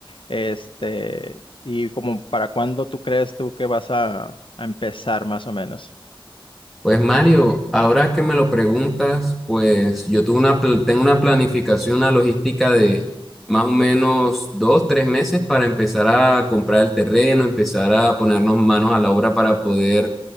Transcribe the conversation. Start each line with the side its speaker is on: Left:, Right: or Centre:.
Left: Este, y como para cuándo tú crees tú que vas a, a empezar más o menos.
Centre: Pues Mario, ahora que me lo preguntas, pues yo tuve una pl- tengo una planificación, una logística de más o menos dos, tres meses para empezar a comprar el terreno, empezar a ponernos manos a la obra para poder